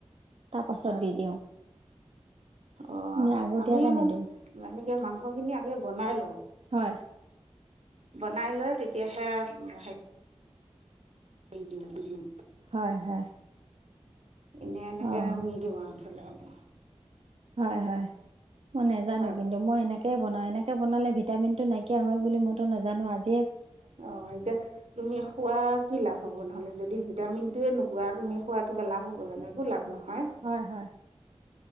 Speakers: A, on the right; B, on the right.
A: তাৰ পাছত
B: হয়
A: দি দিওঁ।
B: অ'!
A: এনে আগতীয়াকে
B: আমিও
A: নিদিওঁ
B: এনেকে মাংস খিনি আগে বনাই লওঁ।
A: হয়!
B: বনাইলৈ তেতিয়াহে সে সেই দিওঁ দিওঁ।
A: হয়, হয়।
B: এনে, এনেকে
A: অ',
B: আমি নিদিওঁ আৰু। <unintelligible>
A: হয়, হয়। মই নাজানো
B: হয়
A: কিন্তু, মই এনে এনেকে বনাওঁ, এনেকে বনালে ভিটামিনটো নাইকিয়া হয় বুলি মইতো নাজানো আজি
B: অ'! এতিয়া তুমি খোৱা কি লাভ হ'ব নহ'লে! যদি ভিটামিনটোৱে নোপোৱা, তুমি খোৱা কিবা লাভ হ'ব জানো! একো লাভ নহয়।
A: হয়, হয়!